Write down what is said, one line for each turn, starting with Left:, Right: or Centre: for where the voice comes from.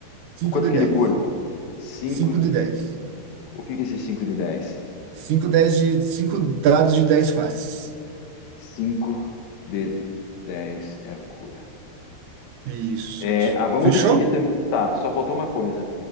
Right: 5
Left: o quanto
Right: de
Left: que
Right: 10
Left: ele cura? 5
Right: cinco de dez
Left: O que que é esse 5 de 10?
Right: Cinco, dez de, cinco dados de 10 faces.
Left: 5 de 10 é a cura.
Right: Isso.
Left: É, ah, vamos
Right: Fechou?
Left: definir também. Tá, só faltou uma coisa.